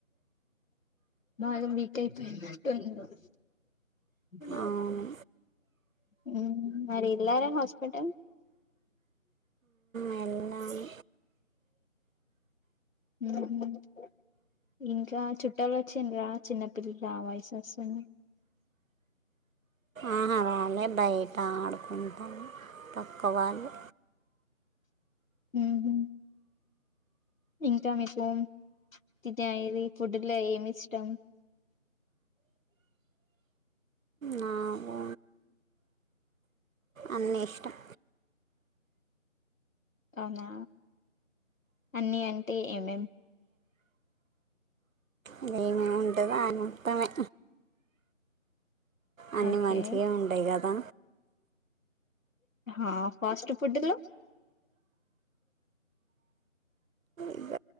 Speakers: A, on the left; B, on the right.
A: బాగా వీక్ అయిపోయినట్టున్నావ్
B: అవును
A: హు మరి ఎల్లార హస్పి పటల్
B: వెళ్ళాను
A: <unintelligible> ఇంకా చుట్టాలు వచ్చిండ్రా చిన్నపిల్లల వాయిస్ వస్తుంది
B: ఆహా రాలే బయట ఆడుకుంటారు పక్క వాళ్ళు
A: ఉహు ఇంకా మీకు తింట్రా ఇవి ఫుడ్ లో ఏమి ఇష్టం
B: నాకు అన్నీ ఇష్టం
A: అవునా అన్ని అంటే ఏమే ఏమే
B: ఇగ ఏమేమంటాయో అది మొత్తం మే అన్ని
A: ఓకే
B: మంచిగా ఉంటాయి కదా
A: ఆ ఫాస్ట్ ఫుడ్ లో
B: ఇగ